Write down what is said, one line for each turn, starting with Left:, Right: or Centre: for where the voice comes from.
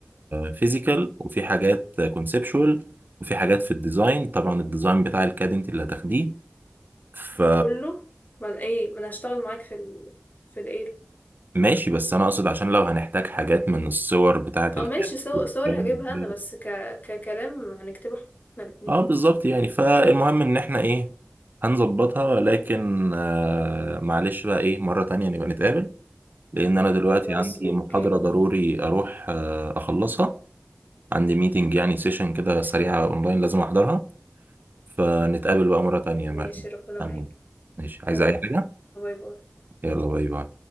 Right: فيزيكال وفي حاجات كونسبشوال وفي حاجات في الديزاين طبعا الديزاين بتاع الكاد انت اللي هتاخديه ف
Left: كله ما أنا ايه ما انا هشتغل معاك في ال... في الايرو
Right: ماشي بس انا اقصد عشان لو هنحتاج حاجات من الصور بتاعة
Left: اه
Right: الكاد
Left: ماشي صور
Right: والكلام
Left: صور هجيبها
Right: ده
Left: انا بس ك... ككلام هنكتبه احنا الاتنين
Right: اه بالظبط يعني فالمهم ان احنا ايه هنظبطها لكن آه معلش بقى ايه مرة تانية نبقى نتقابل لان انا دلوقتي
Left: خلاص
Right: عندي
Left: اوكي
Right: محاضرة ضروري اروح آه اخلصها عندي ميتنج يعني سيشن كده سريعة اونلاين لازم احضرها فنتقابل بقى مرة تانية يا
Left: ماشي
Right: مريم
Left: ربنا
Right: تمام.
Left: معاك
Right: ماشي عايز
Left: يلا
Right: اي حاجة
Left: باي باي
Right: يلا باي باي